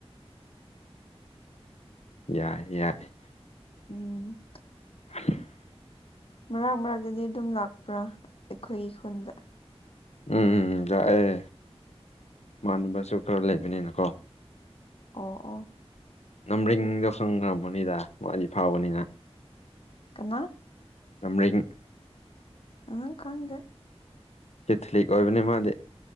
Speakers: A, on the left; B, on the left.
A: <unintelligible> ꯌꯥꯏ ꯌꯥꯏ
B: ꯎꯝ
A: ꯑ <unintelligible> <inaudible>
B: ꯃꯔꯛ ꯃꯔꯛꯇꯗꯤ ꯑꯗꯨꯝ ꯂꯥꯛꯄ꯭ꯔꯥ ꯑꯩꯈꯣꯏ ꯈꯨꯟꯗ
A: ꯎꯝ ꯂꯥꯛꯑꯦ ꯃꯅꯕꯁꯨ ꯈꯔ ꯂꯩꯕꯅꯤꯅꯀꯣ
B: ꯑꯣ ꯑꯣ
A: ꯅꯝꯕꯔꯔꯤꯡꯗꯣ ꯈꯪꯔꯝꯒꯅꯤꯗ ꯃꯥꯗꯤ ꯐꯥꯎꯕꯅꯤꯅ
B: ꯀꯅꯥ
A: ꯅ <unintelligible> <inaudible>
B: ꯑ ꯀꯪꯗꯦ
A: ꯑꯦꯊꯂꯤꯛ ꯑꯣꯏꯕꯅꯦ ꯃꯥꯗꯤ